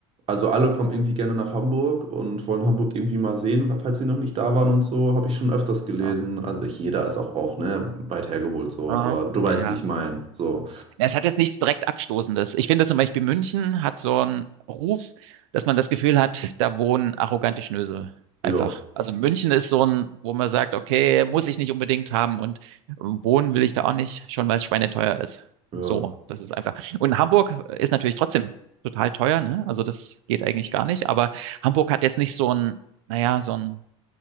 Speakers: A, on the right; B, on the right.
A: Also alle kommen irgendwie gerne nach Hamburg und wollen Hamburg irgendwie mal sehen, falls sie noch nicht da waren und so, habe ich schon öfters gelesen.
B: Ja,
A: Also ich, jeder ist auch, auch, ne, weit hergeholt so,
B: ja,
A: aber du weißt,
B: ja.
A: wie ich meine. So,
B: Ja, Es hat jetzt nichts direkt Abstoßendes. Ich finde zum Beispiel München hat so einen Ruf, dass man das Gefühl hat, da wohnen arrogante Schnösel.
A: ja,
B: Einfach. Also München ist so ein, wo man sagt, okay, muss ich nicht unbedingt haben und ähm, wohnen will ich da auch nicht, schon weil es schweineteuer ist.
A: ja.
B: So, das ist einfach. Und Hamburg ist natürlich trotzdem total teuer, ne? Also das geht eigentlich gar nicht, aber Hamburg hat jetzt nicht so einen, naja, so einen,